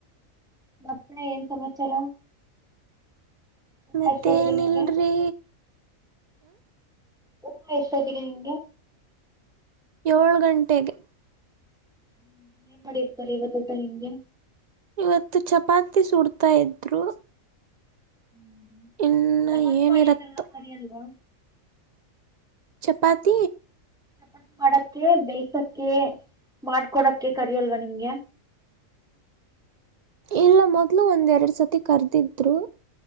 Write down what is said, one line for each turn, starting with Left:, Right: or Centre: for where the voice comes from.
Centre: ಮತ್ತೆ ಏನ್ ಸಮಾಚಾರ ಊಟ
Right: ಮತ್ತೇನ
Centre: ಎಷ್ಟೊತ್ತಿಗೆ ನಿಮ್ಗೆ
Right: ಇಲ್ರಿ
Centre: ಉಟ ಎಷ್ಟತಿಗೆ ನಿಂಗೆ
Right: ಏಳು ಗಂಟೆಗೆ
Centre: ಹ್ಮ ಏನ್ ಮಾಡಿರ್ತಾರೆ ಇವತ್ತು ಊಟಾ ನಿಮಗೆ
Right: ಇವತ್ತು ಚಪಾತಿ ಸುಡ್ತಾ ಇದ್ರು
Centre: ಹ್ಮ್ ಹ್ಮ್
Right: ಇನ್ನು
Centre: ಚಪಾತಿ
Right: ಏನಿರತ್ತೋ
Centre: ಮಾಡಿಯಕ್ಕೆಲ್ಲ ಕರಿ ಅಲ್ವಾ
Right: ಚಪಾತಿ
Centre: ಚಪಾತಿ ಮಾಡಕ್ಕೆ ಬೇಯ್ಸಕ್ಕೆ ಮಾಡ್ಕೊಡಕ್ಕೆ ಕರಿ ಅಲ್ವಾ ನಿಮ್ಗೆ
Right: ಇಲ್ಲ ಮೊದ್ಲು ಒಂದ್ ಎರಡ್ ಸತಿ ಕರ್ದಿದ್ರು